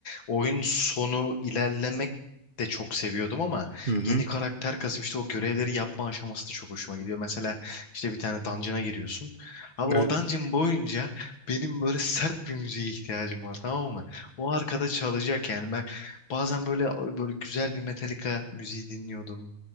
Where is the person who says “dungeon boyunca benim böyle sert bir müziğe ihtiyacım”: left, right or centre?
Left